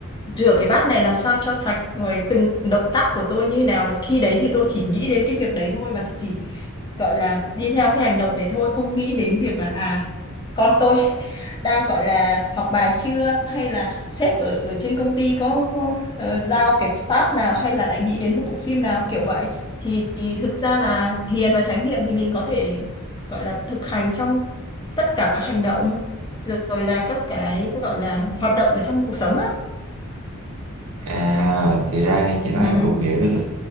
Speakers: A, on the left; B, on the right.
A: rửa cái bát này làm sao cho sạch rồi từng động tác của tôi như thế nào và khi đấy thì tôi chỉ nghĩ đến cái việc đấy thôi và chỉ gọi là đi theo cái hành động đấy thôi không nghĩ đến việc là à con tôi đang gọi là học bài chưa hay là sếp ở ở trên công ty có ờ, giao cái task nào hay là lại nghĩ đến một bộ phim nào kiểu vậy thì thực ra là thiền và chánh niệm thì mình có thể gọi là thực hành trong tất cả các hành động rồi là các cái gọi là hoạt động ở trong cuộc sống á
B: à thì ra nghe chị nói
A: ừ
B: em cũng hiểu tức là